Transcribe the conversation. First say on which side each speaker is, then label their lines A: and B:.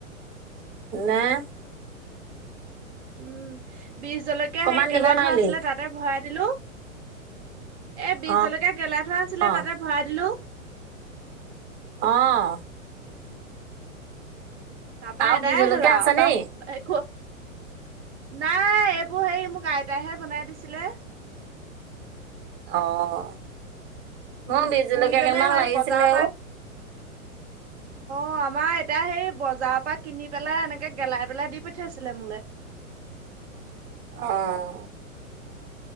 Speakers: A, on the right (about 25°); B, on the right (about 50°).
A: নাই।
B: উম, বিষ জলকীয়া
A: অকণমান
B: সেই গেলাই
A: দিব নোৱাৰিলি
B: থোৱা আছিলে তাতে ভৰাই দিলোঁ। এ বিহ
A: অঁ
B: জলকীয়া গেলাই থোৱা আছিলে
A: অঁ
B: তাতে ভৰাই দিলোঁ।
A: আহ।
B: তাৰাপাৰ
A: আৰু
B: আদায়
A: বিহ জলকীয়া
B: হ'ল
A: আছে নি
B: বা শেষ হ'ল। নাই এইবোৰ হেৰি মোক আইতাইহে বনাই দিছিলে।
A: অহ' মোক বিহজলকীয়া
B: বুঢ়ীজনীয়ে
A: কেইটামান
B: হেৰি
A: লাগিছিলে
B: বজাৰৰ পৰা
A: অ'। <inaudible>
B: অ' আমাৰ এতিয়া সেই বজাৰৰ পৰা কিনি পেলাই এনেকে গেলাই পেলাই দি পঠিয়াইছিলে মোলে।
A: অহ'